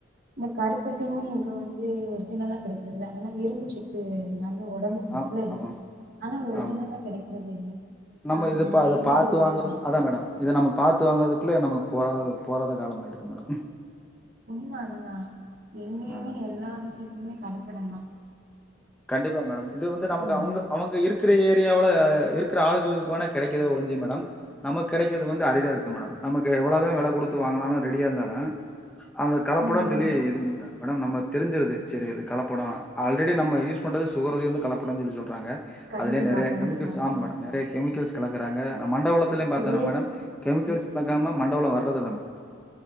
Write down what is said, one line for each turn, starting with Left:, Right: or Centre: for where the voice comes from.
Right: இந்த கருப்பட்டியுமே இப்ப வந்து ஒரிஜினல்லா கிடக் அதெல்லாம் இரும்பு சத்து தா உடம்புக்கு
Centre: ஆ
Right: நல்லது
Centre: ஆமா
Right: ஆனா ஒரிஜினலா
Centre: ஆமா
Right: கிடைக்கிறது இல்ல
Centre: நம்ம
Right: ஆ
Centre: இது பா அத
Right: எப்டி
Centre: பாத்து
Right: சொல்லுறது
Centre: வாங்குறது அதா மேடம் இத நம்ம பாத்து வாங்கறதுக்குள்ளே நமக்கு போற போறாத காலம் ஆயிருது மேடம்
Right: உண்மா அதுதான் எங்கேயுமே
Centre: அதா
Right: எல்லா விஷயத்தையுமே கல படம்தா
Centre: கண்டிப்பா மேடம் இது வந்து நமக்கு
Right: முடியல
Centre: அவுங்க அவங்க இருக்கிற ஏரியாவுல இருக்குற ஆளுகளுக்குவேனா கெடக்கத ஒழுசு மேடம் நமக்கு கெடக்குறது வந்து அரிதா இருக்கு மேடம் நமக்கு எவ்வளவுதா வெல குடுத்து வாங்குனாலு ரெடியா இருந்தாலு அந்த கலப்படனு
Right: ம்
Centre: சொல்லி எதுங்கேட்டா மேடம் நம்ம தெரிஞ்சுருது சரி இது கலப்படோ ஆல்ரெடி நம்ம யூஸ் றது சுகரவே வந்து கலப்படன்னு சொல்லி சொல்றாங்க
Right: கண்டிப்பா
Centre: அதுலேயே நெறய
Right: கண்டிப்பா
Centre: கெமிக்கல்ஸ் ஆமா மேடம் நெறய கெமிக்கல்ஸ் கலக்குறாங்க மண்டவெல்லத்தில பாத்திங்னா
Right: இதே
Centre: மேடம் கெமிக்கல்ஸ் கலக்காம மண்டவலம் வர்றதில்ல மேடம்